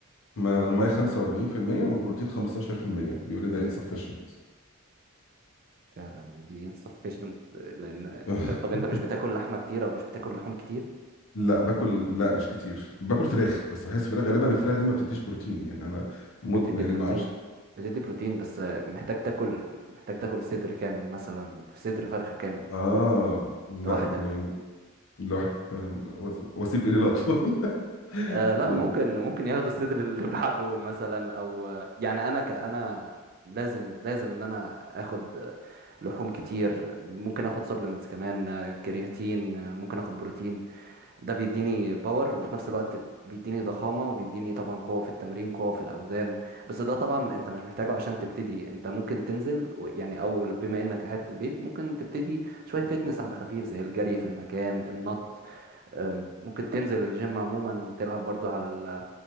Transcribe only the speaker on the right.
فعلا دي insufficient لأن انت
طب انت مش بتاكل لحمة كتير أو مش بتاكل لحوم كتير
بتدي
بروتين
بتدي بروتين بس آه، محتاج تاكل محتاج تاكل صدر كامل مثلا في صدر فرخة كامل
لوحدك
آه لا
ممكن ممكن ياخدوا الصدر اللي <laughs> بعده مثلا او آه، يعني انا ك انا لازم لازم ان انا اخد آه، لحوم كتير ممكن اخد سبلمنتس كمان آه، كرياتين آه، ممكن اخد بروتين ده بيديني باور وفي نفس الوقت بيديني ضخامة وبيديني طبعا قوة في التمرين قوة في الاوزان بس ده طبعا انت مش محتاجه عشان تبتدي انت ممكن تنزل و- يعني او بما انك قاعد في البيت ممكن تبتدي شوية فيتنس على خفيف زي الجري في المكان النط أم، ممكن تنزل الجيم عموما تلعب برضو على ال-